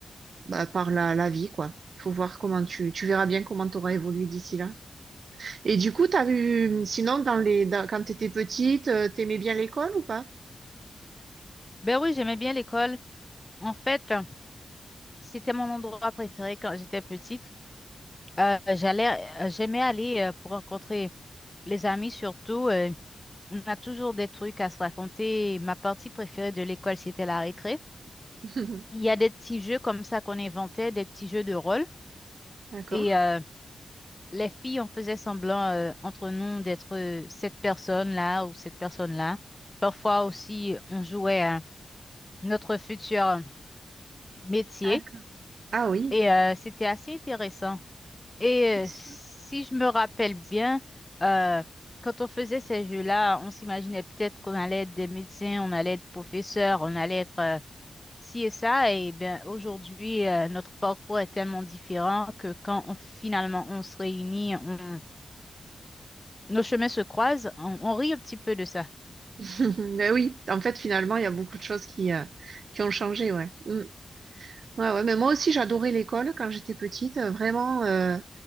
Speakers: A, on the right (about 65°); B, on the left (about 15°).
A: bah, par la, la vie, quoi. Faut voir comment tu tu verras bien comment t'auras évolué d'ici là. Et du coup, t'as vu sinon dans les dans- quand t'étais petite, euh, t'aimais bien l'école ou pas?
B: Ben oui, j'aimais bien l'école. En fait, euh, c'était mon endroit préféré quand j'étais petite. Euh, j'allais, euh, j'aimais aller euh, pour rencontrer les amis surtout. euh, on a toujours des trucs à se raconter. Ma partie préférée de l'école, c'était la récré.
A: <laughs>
B: Il y a des petits jeux comme ça qu'on inventait, des petits jeux de rôle.
A: D'accord.
B: Et euh, les filles, on faisait semblant euh, entre nous d'être euh, cette personne-là ou cette personne-là. Parfois aussi, on jouait à notre futur métier
A: D'accord. Ah oui.
B: et euh, c'était assez intéressant. Et euh,
A: C'est sûr.
B: si je me rappelle bien, euh, quand on faisait ces jeux-là, on s'imaginait peut-être qu'on allait être des médecins, on allait être professeur, on allait être euh, ci et ça. Et bien aujourd'hui, euh, notre parcours est tellement différent que quand on- finalement on se réunit, on Nos chemins se croisent, on, on rit un petit peu de ça.
A: <laughs> Ben oui, en fait, finalement, il y a beaucoup de choses qui, euh, qui ont changé, ouais. Mm. Ouais, ouais, mais moi aussi, j'adorais l'école quand j'étais petite, euh, vraiment. euh,